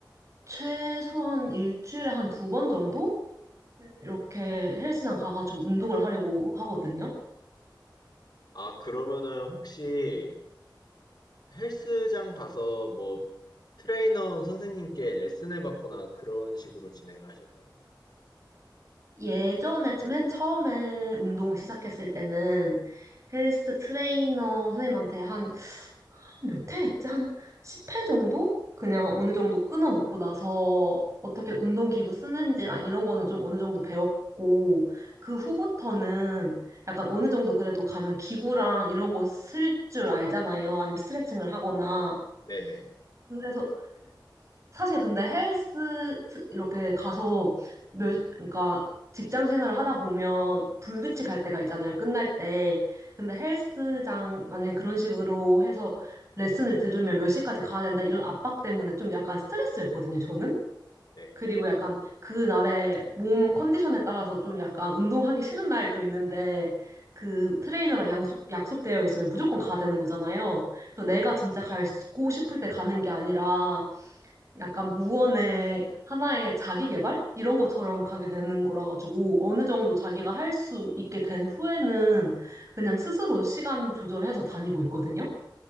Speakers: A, on the right; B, on the left.
A: 최소한 일주일에 한 두 번 정도? 이렇게 헬스장 가가지고 운동을 하려고 하거든요?
B: 아, 그러면은 혹시 헬스장 가서 뭐 트레이너 선생님께 레슨을 받거나 그런 식으로 진행을 하실까요?
A: 예전에 맨 처음에 운동 시작했을 때는 헬스 트레이너 선생님한테 한 몇 회 했지? 한 10회 정도? 그냥 어느 정도 끊어놓고 나서 어떻게 운동기구 쓰는지랑 이런 거는 좀 어느 정도 배웠고 그 후부터는 약간 어느 정도 그래도 가면 기구랑 이런 거 쓸 줄 알잖아요. 아니면 스트레칭을 하거나.
B: 네네,
A: 그래서 사실 근데 헬스 트- 이렇게 가서 몇, 그러니까 직장 생활을 하다 보면 불규칙할 때가 있잖아요. 끝날 때. 근데 헬스장 만약에 그런 식으로 해서 레슨을 들으면 몇 시까지 가야 된다 이런 압박 때문에 좀 약간 스트레스였거든요, 저는.
B: 네.
A: 그리고 약간 그날의 몸 컨디션에 따라서 좀 약간 운동하기 싫은 날도 있는데 그 트레이너랑 약속, 약속되어 있으면 무조건 가야 되는 거잖아요. 그래서 내가 진짜 가고 싶을 때 가는 게 아니라 약간 무언의 하나의 자기 개발? 이런 것처럼 가게 되는 거라 가지고 어느 정도 자기가 할 수 있게 된 후에는 그냥 스스로 시간 조절해서 다니고 있거든요.